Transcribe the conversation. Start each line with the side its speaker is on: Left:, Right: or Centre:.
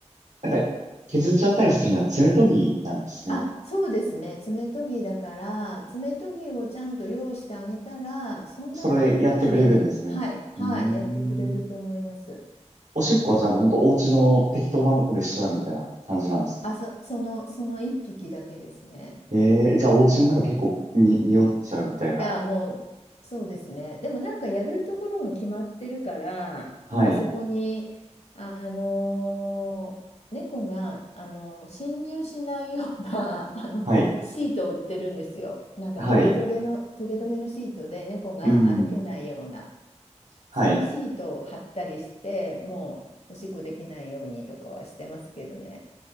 Right: なんか、削っちゃったりするのは爪研ぎなんですね。
Left: あ、そうですね、爪研ぎだから、爪研ぎをちゃんと用意してあげたら、そんなにむやみに、
Right: それやってくれるんですね。
Left: はい、はい、
Right: うーん。
Left: やってくれると思います。
Right: おしっこはじゃあもうほんとお家の適当なとこでしちゃうみたいな感じなんですか
Left: あ、そ、その、その一匹だけですね。
Right: えーじゃあお家の中結構に、匂っちゃうみたいな。
Left: いや、もう、そうですね。でもなんかやるところが決まってるから、
Right: はい。
Left: まあそこに、あのー猫が、あのー侵入しないような、<laughs> あの、
Right: はい。
Left: シートを売ってるんですよ。なんかトゲトゲの、
Right: はい。
Left: トゲトゲのシートで猫が歩けないような、
Right: うん。はい。
Left: そのシートを貼ったりして、もうおしっこできないようにとかはしてますけどね。